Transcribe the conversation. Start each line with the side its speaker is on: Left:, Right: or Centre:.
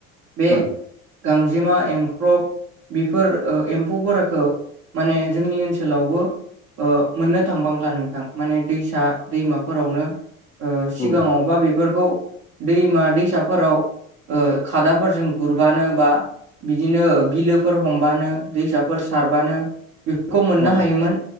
Right: बे
Left: उम
Right: गांजेमा एंख्रब बेफोर ओ एम्फौफोरखौ माने जोंनि ओनसोलावबो ओ मोननो थांबांला नोंथां माने दैसा दैमाफोरावनो सिगाङावबा
Left: उम
Right: बे फोरखौ दैमा-दैसाफोराव खादाजों गुरबानो बा बिदिनो बिलोफोर हमबानो दैसाफोर सार बेफोरखौ मोननो
Left: उम
Right: हायोमोन